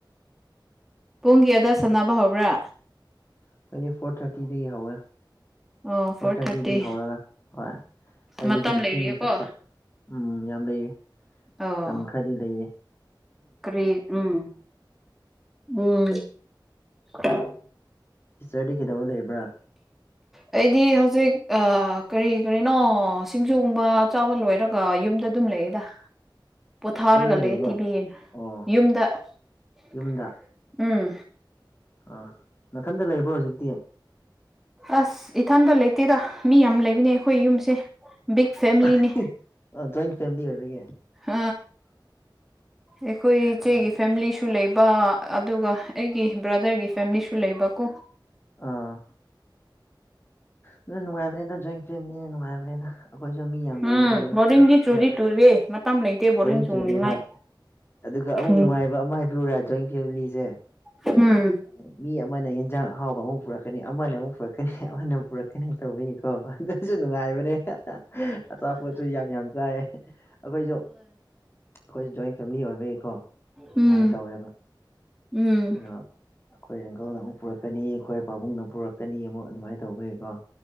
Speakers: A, in the centre; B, on the left.
A: ꯄꯨꯡ ꯀꯌꯥꯗ ꯁꯥꯟꯅꯕ ꯍꯧꯕ꯭ꯔꯥ
B: <unintelligible> ꯐꯣꯔ ꯊꯥꯔꯇꯤꯗꯒꯤ ꯍꯧꯋꯦ
A: ꯑꯣ
B: ꯐꯣꯔ ꯊꯥꯔꯇꯤꯗꯒꯤ
A: ꯊꯥꯔꯇꯤ
B: ꯍꯧꯔꯒ ꯍꯣꯏ ꯑꯩꯗꯤ
A: ꯃꯇꯝ
B: ꯗꯨꯝ
A: ꯂꯩꯔꯤꯌꯦꯀꯣ
B: ꯊꯦꯡꯅ ꯆꯠꯄ ꯎꯝ ꯌꯥꯝ ꯂꯩꯌꯦ
A: ꯑꯣ
B: ꯇꯝ ꯈꯔꯗꯤ ꯂꯩꯌꯦ
A: ꯀꯔꯤ ꯎꯝ ꯎꯝ <unintelligible>
B: ꯁꯤꯁꯇꯔꯗꯤ ꯀꯩꯗꯧꯔ ꯂꯩꯕ꯭ꯔꯥ
A: ꯑꯩꯗꯤ ꯍꯧꯖꯤꯛ ꯑ ꯀꯔꯤ ꯀꯔꯤꯅꯣ ꯁꯤꯡꯖꯨꯒꯨꯝꯕ ꯆꯥꯕ ꯂꯣꯏꯔꯛ ꯀꯣ ꯌꯨꯝꯗ ꯗꯨꯝ ꯂꯩꯌꯦꯗ
B: <inaudible>
A: ꯄꯣꯊꯥꯔꯒ
B: ꯌꯨꯝꯗ ꯂꯩꯕ꯭ꯔꯣ
A: ꯂꯩ ꯇꯤꯕꯤ ꯌꯦꯡ
B: ꯑꯣ
A: ꯌꯨꯝꯗ <unintelligible>
B: ꯌꯨꯝꯗ
A: ꯎꯝ
B: ꯑꯥ ꯅꯊꯟꯗ ꯂꯩꯕ꯭ꯔꯣ ꯍꯧꯖꯤꯛꯇꯤ
A: ꯑꯁ ꯏꯊꯟꯗ ꯂꯩꯇꯦꯗ ꯃꯤ ꯌꯥꯝ ꯂꯩꯕꯅꯦ ꯑꯩꯈꯣꯏ ꯌꯨꯝꯁꯦ ꯕꯤꯛ ꯐꯦꯃꯤꯂꯤꯅꯤ
B: <unintelligible> ꯖꯣꯏꯟ ꯐꯦꯃꯤꯂꯤ ꯑꯣꯏꯕꯒꯤ
A: <unintelligible> ꯑꯩꯈꯣꯏ ꯏꯆꯦꯒꯤ
B: ꯑꯥ
A: ꯐꯦꯃꯤꯂꯤꯁꯨ ꯂꯩꯕ ꯑꯗꯨꯒ ꯑꯩꯒꯤ ꯕ꯭ꯔꯥꯗꯔꯒꯤ ꯐꯦꯝꯂꯤꯁꯨ ꯂꯩꯕ ꯀꯣ
B: ꯑꯥ ꯗꯨꯅ ꯅꯨꯡꯉꯥꯏꯕꯅꯤꯗ ꯖꯣꯏꯟ ꯐꯦꯝꯂꯤꯅ ꯅꯨꯡꯉꯥꯏꯕꯅꯤꯗ ꯑꯩꯈꯣꯏꯁꯨ ꯃꯤ ꯌꯥꯝ ꯂꯩꯕꯅꯦ
A: ꯎꯝ
B: ꯑꯗꯣ
A: ꯕꯣꯔꯗꯤꯡꯗꯤ
B: ꯊꯕꯛ ꯊꯕꯛ
A: ꯆꯨꯗꯤ ꯆꯨꯔꯦ ꯃꯇꯝ ꯂꯩꯇꯦ ꯕꯣꯔꯗꯤꯡ
B: <unintelligible> ꯆꯨꯗꯦ
A: ꯆꯨꯅꯤꯡꯉꯥꯏ
B: ꯍꯣꯏ ꯑꯗꯨꯒ ꯑꯃꯨꯛ
A: ꯎꯝ
B: ꯅꯨꯡꯉꯥꯏꯕ ꯑꯃ ꯍꯥꯏꯕꯤꯌꯨꯔꯥ ꯖꯣꯏꯟ ꯐꯦꯝꯂꯤꯁꯦ
A: ꯎꯝ
B: ꯑꯃꯨꯛ ꯃꯤ ꯑꯃꯅ ꯍꯦꯟꯖꯥꯡ ꯑꯍꯥꯎꯕ ꯑꯃꯨꯛ ꯄꯨꯔꯛꯀꯅꯤ ꯑꯃꯅ ꯑꯃꯨꯛ ꯄꯨꯔꯛꯀꯅꯤ ꯑꯃꯅ ꯑꯃꯨꯛ ꯄꯨꯔꯛ ꯀꯅꯤ ꯇꯧꯕꯩꯅꯤꯀꯣ ꯑꯗꯨꯁꯨ ꯅꯨꯡꯉꯥꯏꯕꯅꯦ ꯑꯆꯥꯄꯣꯠꯁꯨ ꯌꯥꯝ ꯌꯥꯝ ꯆꯥꯏꯌꯦ ꯑꯈꯣꯏꯁꯨ ꯑꯈꯣꯏꯁꯨ ꯖꯣꯏꯟ ꯐꯦꯃꯤꯂꯤ ꯑꯣꯏꯕꯒꯤꯀꯣ
A: ꯎꯝ
B: ꯗꯨꯃꯥꯏꯅ ꯇꯧꯋꯦꯕ
A: ꯎꯝ
B: ꯀꯩꯅꯣ ꯑꯩꯈꯣꯏ ꯑꯪꯀꯜꯅ ꯑꯃꯨꯛ ꯄꯨꯔꯛꯀꯅꯤ ꯑꯩꯈꯣꯏ ꯄꯥꯕꯨꯡꯅ ꯄꯨꯔꯛꯀꯅꯤ ꯑꯃꯨꯛ ꯑꯗꯨꯃꯥꯏꯅ ꯇꯧꯕꯩꯀꯣ